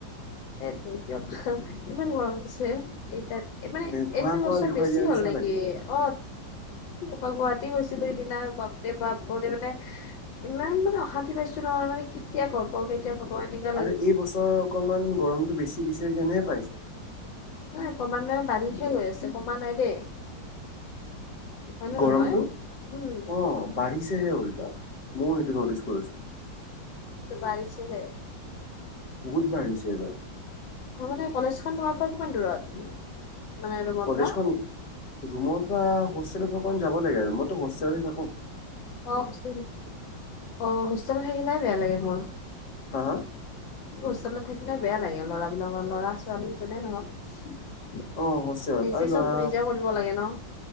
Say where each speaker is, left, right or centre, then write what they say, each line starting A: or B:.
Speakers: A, on the left; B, on the left.
A: এইটো কিয়বা ইমান গৰম দিছে। এই তাত এই মানে
B: ধোঁৱা
A: এইটো
B: কোৱা
A: বছৰ
B: দেখুৱাই
A: বেছি
B: দিয়াৰ
A: হ'ল
B: নিচিনা
A: নেকি!
B: লাগে।
A: অ পাপা গুৱাহাটী গৈছিলে সেইদিনা বাপৰে বাপ কওঁতে মানে ইমান মানে অশান্তি পাইছো নহয় মানে কেতিয়া ঘৰ পাওঁ কেতিয়া <unintelligible>
B: আৰু এই বছৰ অকমান গৰমতো বেছি বেছি যেন হে পাইছোঁ।
A: নাই কমা নাই বাৰিহে গৈ আছে! কমা নাই দেই। হয় নে
B: গৰমটো
A: নহয়? উম,
B: অ বাঢ়িছেহে ওলতা মইও সেইটো নটিচ কৰিছো।
A: বাঢ়িছেহে।
B: বহুত বাঢ়িছে এইবাৰ।
A: অঁ, মানে কলেজখন তোমাৰ পৰা কিমান দূৰত? মানে ৰুমৰ
B: কলেজখন
A: পৰা
B: ৰুমৰ পৰা হোষ্টেলৰ পৰা অকণ যাব লাগে মইতো হোষ্টেলতহে থাকো।
A: অ, হোষ্টেল অ হোষ্টেলত থাকিলেহে বেয়া লাগে মোৰ।
B: হা- হা-
A: হোষ্টেলত থাকিলে বেয়া লাগে লৰাবিলাকৰ! ল'ৰা- ছোৱালী যোনেই নহওক।
B: অ হোষ্টেলত
A: নিজে
B: আৰু ল'ৰা
A: চব নিজে কৰিব লাগে ন।